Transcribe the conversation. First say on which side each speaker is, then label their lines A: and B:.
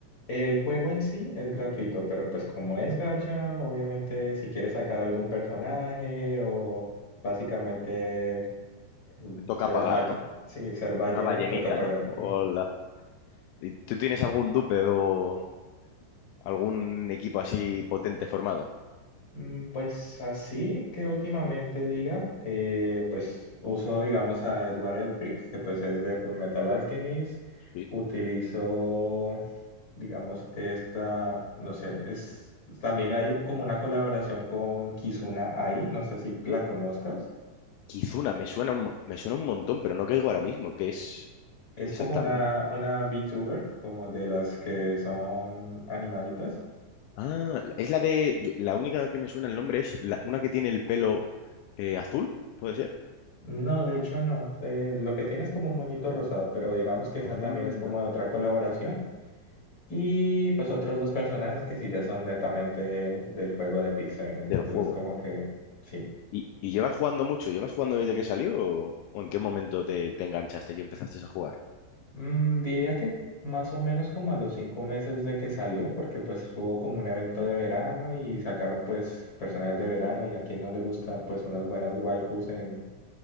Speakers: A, on the left (about 30°); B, on the left (about 80°).
A: El juego en sí es gratuito, pero pues como es gacha, obviamente si quieres sacar algún personaje o básicamente mm,
B: Toca
A: ser
B: pagar,
A: valle,
B: ¿no?
A: sí, ser ballena,
B: Una ballenita,
A: toca pagar.
B: ¿no? Hola. ¿Y tú tienes algún dupe o algún equipo así potente formado?
A: Mm, Pues así que últimamente diga, eh, pues uso digamos a Edward Elric, que pues es de Fullmetal Alchemist,
B: Sí.
A: utilizo digamos esta, no sé, es también hay como una colaboración con Kizuna Ai, no sé si la conozcas,
B: Kizuna, me suena un, mo- me suena un montón, pero no caigo ahora mismo. ¿Qué es
A: es
B: exactamente?
A: como una, una VTuber, como de las que son animaditas.
B: Ah, es la de... yo- la única que me suena el nombre es la, una que tiene el pelo eh, azul, ¿puede ser?
A: No, de hecho no. Eh, lo que tiene es como un moñito rosado, pero digamos que esa
B: Anda.
A: también es como de otra colaboración. Y pues otros dos personajes que sí ya son netamente del juego de Pick Seven. Entonces
B: Del juego.
A: es como que sí.
B: ¿Y, y llevas jugando mucho? ¿Llevas jugando desde que salió o, o en qué momento te, te enganchaste y empezaste a jugar?
A: Mm, diría que más o menos como a los cinco meses de que salió, porque pues hubo como un evento de verano y sacaron pues personajes de verano y a quien no le gusta pues unas buenas waifus en,